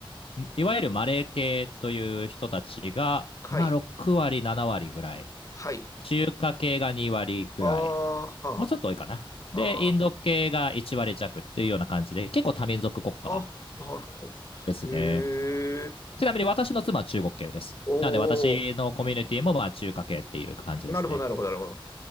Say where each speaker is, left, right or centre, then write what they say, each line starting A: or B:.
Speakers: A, on the left (about 80°); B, on the left (about 35°).
A: いわゆるマレー系という人たちが、
B: はい、
A: まあ、6割7割ぐらい
B: はい。
A: 中華系が2割ぐらい
B: あーは
A: もうちょっと多いかなでインド系が1割弱っていうような感じで結構多民族国家
B: あ、ああ。あ、なるほど。
A: ですね
B: へえ、
A: ちなみに私の妻は中国系ですなので私のコミュニティもまあ中華系っていう感じですね
B: おー、なるほど、なるほど、なるほ